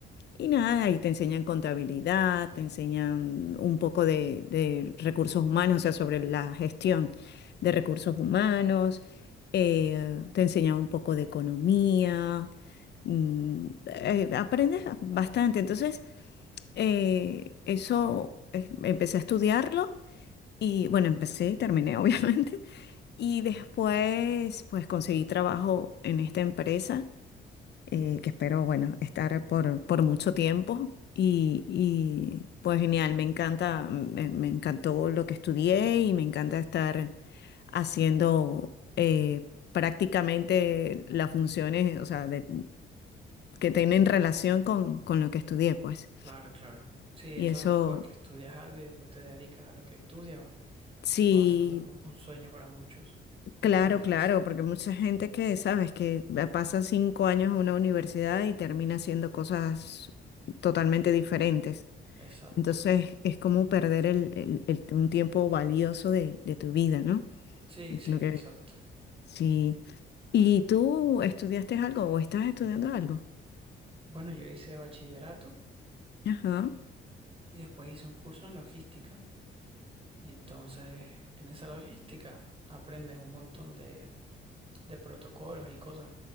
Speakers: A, on the left; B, on the right.
A: Y nada, y te enseñan contabilidad, te enseñan un poco de, de recursos humanos, o sea, sobre la gestión de recursos humanos, eh, te enseñan un poco de economía, mm, eh, aprendes bastante. Entonces, eh, eso eh, empecé a estudiarlo y bueno, empecé y terminé, <laughs> obviamente. Y después, pues conseguí trabajo en esta empresa eh, que espero, bueno, estar por, por mucho tiempo. Y, y, pues genial, me encanta, me, me encantó lo que estudié y me encanta estar haciendo eh, prácticamente las funciones, o sea, de- que tienen relación con, con lo que estudié, pues.
B: claro, claro. Sí, eso
A: Y eso,
B: es lo mejor, que estudias algo y después te dedicas a lo que estudias.
A: sí,
B: Wow, eso es un, un sueño para muchos. La
A: claro,
B: verdad es
A: claro,
B: que sí,
A: porque mucha gente que, sabes, que pasa cinco años en una universidad y termina haciendo cosas totalmente diferentes.
B: exacto.
A: Entonces es como perder el, el- el- un tiempo valioso de, de tu vida, ¿no?
B: Sí,
A: Es
B: sí,
A: lo que
B: exacto.
A: sí. ¿Y tú estudiaste algo o estás estudiando algo?
B: Bueno, yo hice bachillerato
A: Ajá,
B: y después hice un curso en logística. Y entonces en esa logística aprendes un montón de, de protocolos y cosas